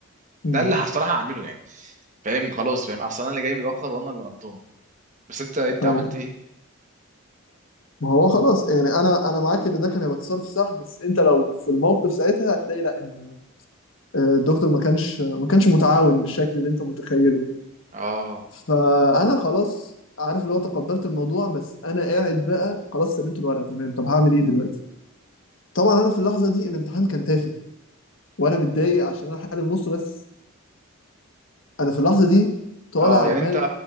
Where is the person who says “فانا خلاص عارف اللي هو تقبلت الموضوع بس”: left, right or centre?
Left